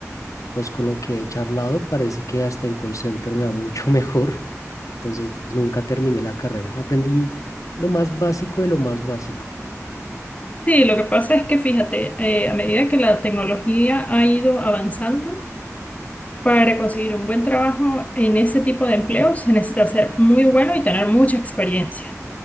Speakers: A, on the left (about 80°); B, on the left (about 25°).
A: pues con lo que he charlado, parece que hasta en call center me va mucho <laughs> mejor, entonces nunca terminé la carrera. Aprendí lo más básico de lo más básico.
B: Sí, lo que pasa es que fíjate, eh, a medida que la tecnología ha ido avanzando, para conseguir un buen trabajo en ese tipo de empleo se necesita ser muy bueno y tener mucha experiencia.